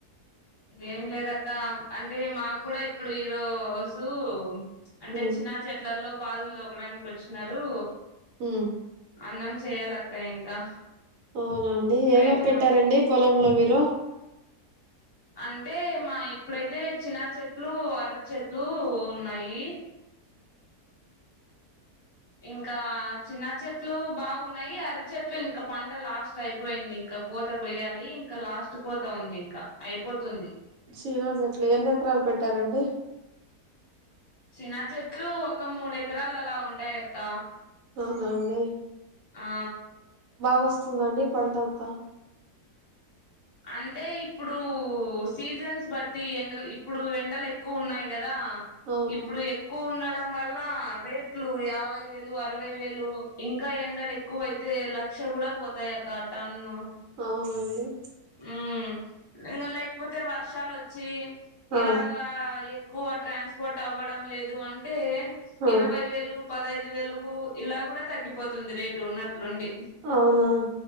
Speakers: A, on the left; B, on the right.
A: ఏం లేదక్క అంటే మాకు కూడా ఇప్పుడు ఈరోజు అంటే
B: హ్మ్
A: చినా చెట్లల్లో పాదులు దోకడానికి వచ్చినరూ
B: హ
A: అన్నం చేయాలక్క ఇంకా
B: అవునా అండి ఏమేం
A: ఐదు
B: పెట్టారండి
A: మంది
B: పొలంలో మీరు
A: అంటే మాయి ఇప్పుడైతే చిన్న చెట్లు అరటి చెట్లు ఉన్నాయి ఇంకా చిన్న చెట్లు బాగున్నాయి అర చెట్లు ఇంకా పంట లాస్ట్ అయిపోయింది ఇంకా కోత కొయ్యాలి ఇంకా లాస్ట్ కోత ఉంది ఇంకా అయిపోతుంది
B: చీనా చెట్లు ఎన్ని ఎకరాలు పెట్టారండి
A: చిన చెట్లు ఒక మూడు ఎకరాలు అలా ఉం టయక్క
B: ఔనాండి
A: ఆ
B: బాగా వస్తుందండి పంట అంతా
A: అంటే ఇప్పుడు సీజన్స్ బట్టి ఎండలు ఇప్పుడు ఎండలు ఎక్కువ ఉన్నాయి కద దా
B: అవును
A: ఇప్పుడు ఎక్కువ ఉన్న డం వల్ల రేట్లు యాభై వేలు అరవై వేలు ఇంకా ఎండలు ఎక్కువ అయితే లక్ష కూడా పోతాయి అక్క టన్ను
B: అవునా అండి
A: ఉ ఇంగ లేకపోతే వర్షాలు వచ్చి
B: ఆ
A: ఇలాగా ఏ క్కువ ట్రాన్స్పోర్ట్ అవ్వడం లేదు అంటే
B: ఆ
A: ఇరవై వేలు పదైదు వేలకు ఇలా కూడా తగ్గిపోతుంది రేటు ఉన్నట్లుండి
B: అవునా